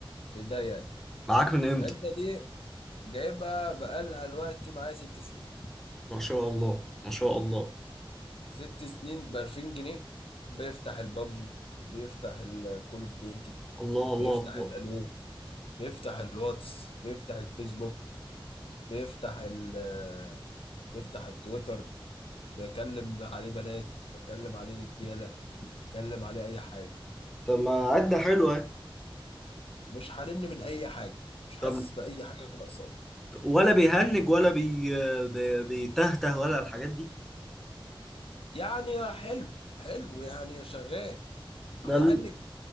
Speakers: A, on the left; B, in the centre.
A: في ايديا يعني
B: معاك من امتى
A: العده دي جايبها بقالها دلوقتي معايا ست سنين
B: ما شاء الله ما شاء الله
A: ست سنين ب 2000 جنيه بيفتح البابجي بيفتح الكول اوف ديوتي
B: الله الله
A: بيفتح
B: الله
A: الالو بيفتح الواتس بيفتح الفيسبوك بيفتح ال بيفتح التويتر بيكلم عليه بنات بكلم عليه رجاله بكلم عليه اي حاجه
B: طب ما عدة حلوة اهي.
A: مش حارمني من اي حاجه مش حاسس
B: طب
A: باي حاجه ناقصاني
B: ولا بيهنج ولا بي... بي... بيتهته ولا الحاجات دي
A: يعني حلو حلو يعني شغال هيهنج
B: ده ال-